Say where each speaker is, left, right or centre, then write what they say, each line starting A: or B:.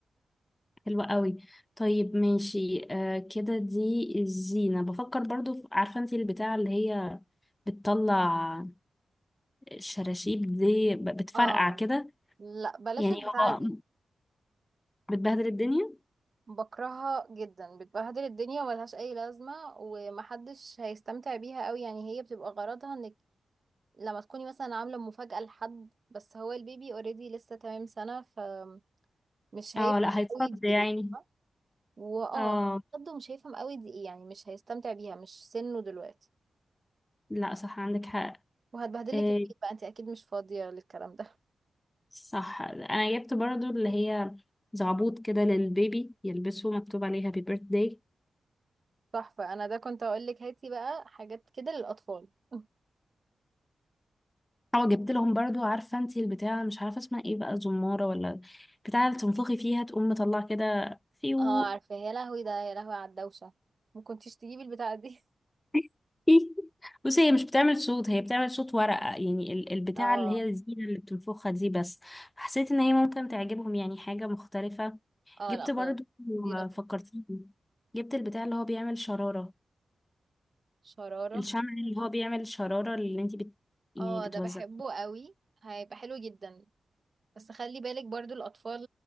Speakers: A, on the left; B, on the right.
A: حلوة قوي طيب ماشي آه كده دي الزينة بفكر برضو في- عارفة انتي البتاعة اللي هي بتطلع شراشيب دي ب- بتفرقع
B: اه
A: كده
B: لا بلاش
A: يعني
B: البتاعة
A: هو
B: دي
A: بتبهدل الدنيا
B: بكرهها جدا بتبهدل الدنيا وملهاش أي لازمة ومحدش هيستمتع بيها قوي يعني هي بتبقى غرضها انك لما تكوني مثلا عاملة مفاجأة لحد بس هو البيبي اوريدي لسه تمام سنة فمش هيفهم
A: اه لا هيتصد
B: قوي دي
A: يعني
B: ايه واه
A: اه
B: برضه مش هيفهم قوي دي ايه يعني مش هيستمتع بيها مش سنه دلوقتي
A: لا صح عندك حق
B: وهتبهدلك
A: آه،
B: البيت بقى انت اكيد مش فاضية للكلام ده
A: صح انا جبت برضو اللي هي زعبوط كده للبيبي يلبسه مكتوب عليها هابي بيرث داي
B: <laughs> صح فانا ده كنت اقول لك هاتي بقى حاجات كده للاطفال <laughs>
A: اه جبت لهم برضو عارفه انتي البتاع مش عارفه اسمها ايه بقى زماره ولا بتاع اللي تنفخي فيها تقوم مطلع كده فيو
B: اه عارفة يا لهوي ده يا لهوي على الدوشة ما كنتيش تجيبي البتاعة دي
A: <laughs> بصي هي مش بتعمل صوت هي بتعمل صوت ورقه يعني ال-
B: <laughs>
A: البتاعه
B: اه
A: اللي هي الزينه اللي بتنفخها دي بس حسيت ان هي ممكن تعجبهم يعني حاجه مختلفه
B: اه
A: جبت
B: لا خلاص
A: برضو
B: دي لطيفة
A: فكرتيني جبت البتاع اللي هو بيعمل شراره
B: شرارة
A: الشمع اللي هو بيعمل الشرارة اللي انتي بت... يعني
B: اه
A: بتوزع
B: ده بحبه قوي هيبقى حلو جدا بس خلي بالك برضو الأطفال